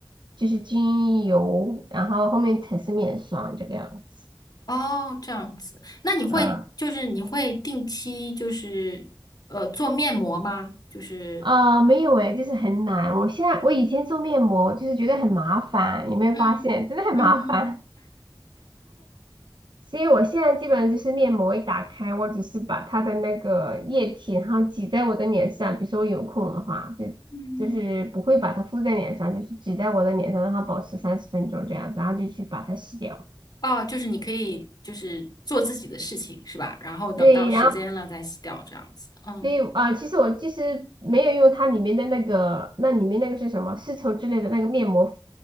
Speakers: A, on the right; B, on the left.
A: 就是精油，然后后面才是面霜这个样子。
B: 哦哦，这样子，那你会就是你会定期就是呃做面膜吗？
A: 啊。
B: 就是
A: 啊、没有诶，就是很难。我现在我以前做面膜就是觉得很麻烦，有没有发现？
B: 嗯嗯
A: 真的很麻烦。所以我现在基本上就是面膜一打开，我只是把它的那个液体，然后挤在我的脸上。比如说我有空的话，就
B: 嗯，
A: 就是不会把它敷在脸上，就是挤在我的脸上，让它保持三十分钟这样子，然后就去把它洗掉。
B: 哦，就是你可以就是做自己的事情是吧？然后等到时间了再洗掉这样子，
A: 对，然后
B: 嗯。
A: 所以啊、呃其实我其实没有用它里面的那个，那里面那个是什么丝绸之类的那个面膜